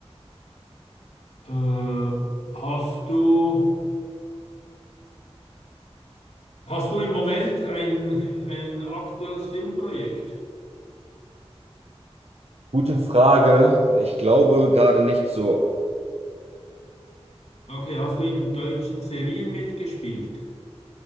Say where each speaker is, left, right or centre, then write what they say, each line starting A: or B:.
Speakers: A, on the left; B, on the right.
A: Äh, hast du, hast du im Moment ein, ein aktuelles Filmprojekt?
B: Gute Frage. Ich glaube gerade nicht so
A: Okay, hast du in deutschen Serien mitgespielt?